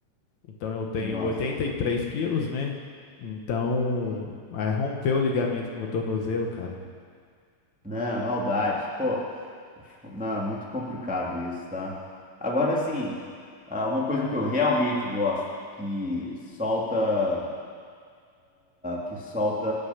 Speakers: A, on the left; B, in the centre.
A: Então eu tenho
B: Nossa.
A: 83 quilos, né? Então, é, rompeu o ligamento do meu tornozelo, cara.
B: Não, maldade. Pô, f- não, muito complicado isso, tá? Agora sim, uma coisa que eu realmente gosto, que solta, que solta,